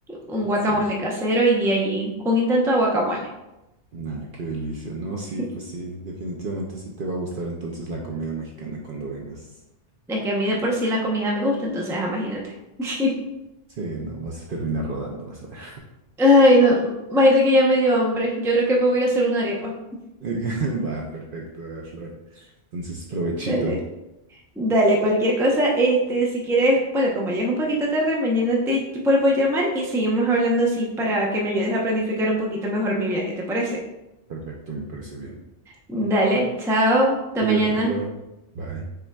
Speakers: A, in the centre; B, on the right (about 55°).
A: Un guacamole
B: Sí, sí.
A: casero y ahí un intento de guacamole.
B: Nah, qué delicia. No, sí,
A: <laughs>
B: pues sí, definitivamente sí te va a gustar entonces la comida mexicana cuando vengas.
A: Es que a mí de por sí la comida me gusta, entonces ah, imagínate. <laughs>
B: Sí, no, vas a terminar rodando, vas a ver.
A: Ay, no, imagínate que ya me dio hambre. Yo creo que me voy a ir a hacer una arepa.
B: <laughs> Va, perfecto, Flor. Entonces, provechito.
A: Dale, dale, cualquier cosa, este, si quieres, bueno, como ya es un poquito tarde, mañana te vuelvo a llamar y seguimos hablando así para que me ayudes a planificar un poquito mejor mi viaje, ¿te parece?
B: Perfecto, me parece bien.
A: Dale, chao, hasta
B: Cuídate,
A: mañana.
B: Flor. Bye.